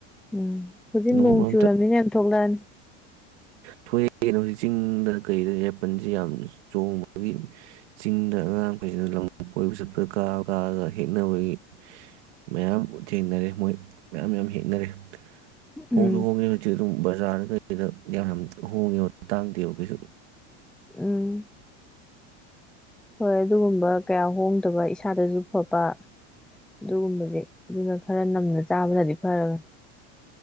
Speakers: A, in the centre; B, on the right.
A: ꯎꯝ ꯍꯧꯖꯤꯛ
B: ꯅꯣꯡꯃ
A: ꯅꯣꯡ ꯆꯨꯨꯔꯔꯕꯅꯤꯅ ꯌꯥꯝ ꯊꯣꯛꯂꯛꯑꯅꯤ
B: ꯊꯣꯛꯑꯒꯦꯅ ꯍꯧꯖꯤꯛ ꯆꯤꯡꯗ ꯀꯩꯗ ꯌꯥꯏꯄꯜꯁꯤ ꯌꯥꯝ ꯆꯣꯡꯕꯒꯤ ꯆꯤꯡꯗ ꯑꯉꯥꯡꯈꯩꯁꯤꯅ ꯂꯝ ꯀꯣꯏꯕ ꯆꯠꯄꯗ ꯀꯥꯔ ꯀꯥꯔꯒ ꯍꯦꯛꯅꯕꯒꯤ ꯃꯌꯥꯝ ꯊꯦꯡꯅꯔꯦ ꯃꯣꯏ ꯃꯌꯥꯝ ꯃꯌꯥꯝ ꯍꯦꯛꯅꯔꯦ
A: ꯎꯝ
B: ꯍꯣꯡꯁꯨ ꯍꯣꯡꯉꯦ ꯍꯧꯖꯤꯛ ꯑꯗꯨꯝ ꯕꯖꯥꯔꯅ ꯀꯩꯗ ꯌꯥꯝ ꯌꯥꯝ ꯍꯣꯡꯉꯦꯕ ꯇꯥꯡꯗꯦꯕ ꯀꯩꯁꯨ
A: ꯎꯝ ꯍꯣꯏ ꯑꯗꯨꯒꯨꯝꯕ ꯀꯌꯥ ꯍꯣꯡꯗꯕ ꯏꯁꯥꯗꯁꯨ ꯐꯕ ꯑꯗꯨꯒꯨꯝꯕꯁꯦ ꯑꯗꯨꯅ ꯈꯔ ꯅꯝꯅ ꯆꯥꯕꯅꯗꯤ ꯐꯔꯕꯟ